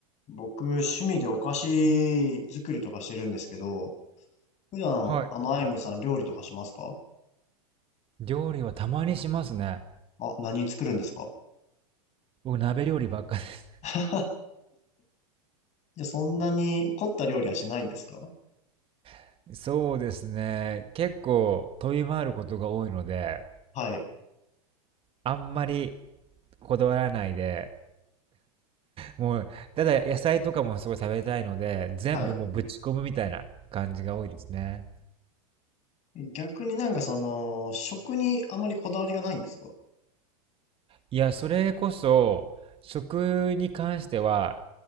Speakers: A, on the left (about 40°); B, on the right (about 30°).
A: 僕、趣味でお菓子作りとかしてるんですけど、普段、
B: は
A: あの、アイムさん料理とかしますか
B: い。料理はたまにしますね。
A: あ、何作るんですか
B: 僕、鍋料理ばっかです。
A: <laughs> じゃあ <laughs>、そんなに凝った料理はしないんですか
B: <laughs> そうですね。結構飛び回ることが多いので、
A: はい。
B: あんまりこだわらないで、もう、ただ野菜とかもすごい食べたいので、全部もうぶち込むみたいな感じが多いですね。
A: はい。逆になんかその、食にあまりこだわりがないんですか
B: いや、それこそ、食に関しては、